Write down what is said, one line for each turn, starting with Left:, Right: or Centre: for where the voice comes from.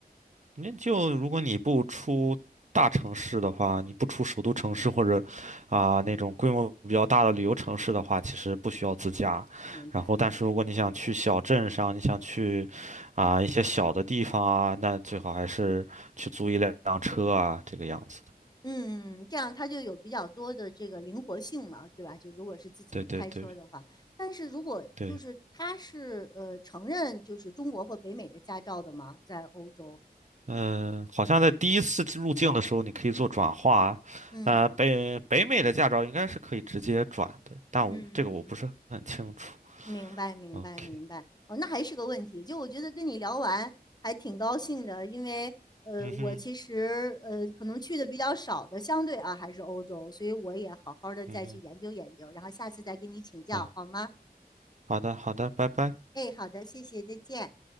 Right: 那就如果你不出大城市的话，你不出首都城市或者啊、那种规模比较大的旅游城市的话，其实不需要自驾。
Left: 明白。
Right: 然后，但是如果你想去小镇上，你想去啊、一些小的地方啊，那最好还是去租一辆车啊，这个样子的。
Left: 嗯，这样它就有比较多的这个灵活性嘛，对吧？就如果是自己开车的话，
Right: 对对对
Left: 但是如果就是它是呃承认就是中国或北美的驾照的嘛，
Right: 对。
Left: 在欧洲，
Right: 嗯，好像在第一次入境的时候，你可以做转化。
Left: 嗯
Right: 呃，北北美的驾照应该是可以直接转的，但我这个我不是很清楚。
Left: 嗯，明白明白明白。
Right: OK，
Left: 哦，那还是个问题。就我觉得跟你聊完还挺高兴的，因为呃我其实呃可能去的比较少的，
Right: 嗯哼，
Left: 相对啊还是欧洲，所以我也好好的再去研究研究，
Right: 嗯
Left: 然后下次再跟你请教好吗？
Right: 哼，啊，好的，好的，拜拜。
Left: 哎，好的，谢谢，再见。